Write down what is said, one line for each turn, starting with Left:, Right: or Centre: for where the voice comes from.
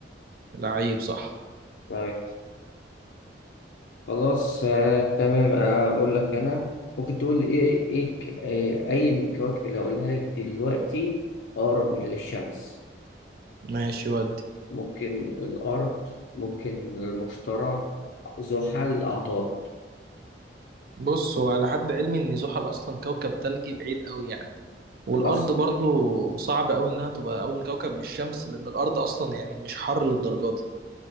Right: لعيب صح
Left: طيب خلاص آه. تمام آه، أقول لك أنا ممكن تقول إيه إيه ك- آه، أي من الكواكب اللي هقولها لك دلوقتي أقرب للشمس
Right: ماشي ودي
Left: ممكن الأرض ممكن المشترى زحل عطارد
Right: بص هو على حد علمي ان زحل اصلا كوكب تلجي بعيد قوي يعني والارض
Left: حصل
Right: برضو صعب قوي انها تبقى اول كوكب من الشمس لان الارض اصلا يعني مش حر للدرجه دي